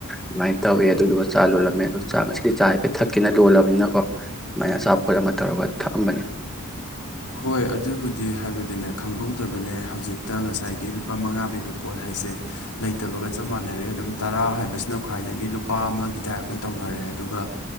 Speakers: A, in the centre; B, on the left (about 85°).
A: ꯑꯗꯨꯃꯥꯏꯅ ꯇꯧꯋꯦ ꯑꯗꯨꯗꯨꯒ ꯆꯥ ꯂꯣꯜꯂꯝꯃꯦ ꯑꯣ ꯆꯥꯛ ꯉꯁꯤꯗꯤ ꯆꯥ ꯍꯥꯏꯐꯦꯠ ꯊꯛꯀꯦꯅ ꯂꯣꯜꯂꯕꯅꯤꯅꯀꯣ ꯑꯗꯨꯃꯥꯏꯅ ꯆꯥ ꯄꯣꯠ ꯑꯃ ꯇꯧꯔꯒ ꯊꯛꯑꯝꯕꯅꯤ
B: ꯍꯣꯏ ꯑꯗꯨꯕꯨꯗꯤ ꯍꯥꯏꯕꯗꯤꯅꯦ ꯈꯪꯍꯧꯗꯕꯅꯦ ꯍꯧꯖꯤꯛꯇ ꯉꯁꯥꯏꯒꯤ ꯂꯨꯄꯥ ꯃꯉꯥ ꯄꯤꯕ ꯄꯣꯠ ꯍꯥꯏꯁꯦ ꯂꯩꯇꯕꯒ ꯆꯞ ꯃꯥꯟꯅꯔꯦ ꯑꯗꯨꯝ ꯇꯔꯥ ꯍꯥꯏꯕꯁꯤꯅ ꯈ꯭ꯋꯥꯏꯗꯒꯤ ꯂꯨꯄꯥ ꯑꯃꯒꯤ ꯇꯥꯏꯞꯇ ꯇꯧꯅꯔꯦ ꯑꯗꯨꯒ